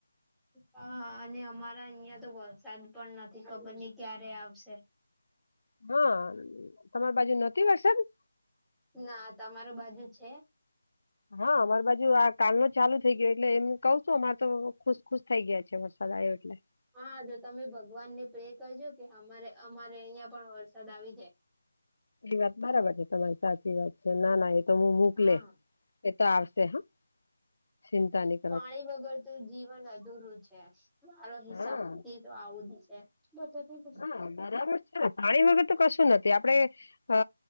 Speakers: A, in the centre; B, on the left (about 50°).
A: હા અને અમારા અહિયાં તો વરસાદ પણ નથી ખબર નઈ ક્યારે આવશે-
B: હા તમારી બાજુ ન વરસાદ -
A: ના તમાર બાજુ છે.
B: હા અમારી બાજુ આ કાલ ન ચાલુ થઈ ગયો એટલે એમ કઉ છું અમાર તો ખુશ ખુશ થઈ ગયા છે વરસાદ આવ્યો એટલે-
A: હા તો તમે ભગવાન ને પ્રે કરજો કે અમારે અમારે અહિયાં પણ વરસાદ આવી જાય-
B: એ વાત બરાબર છે તમારી સાચી વાત છે. ના ના એ તો હું મોકલે
A: હા
B: એ તો આવશે હા- ચિંતા નથી.
A: પાણી વગર તો જીવન અધૂરું છે મારો હિસાબ-
B: હા
A: તો આવું જી છે બધો પછી-
B: - બરાબર છે. પાણી વગર તો કશું નથી આપડે - અ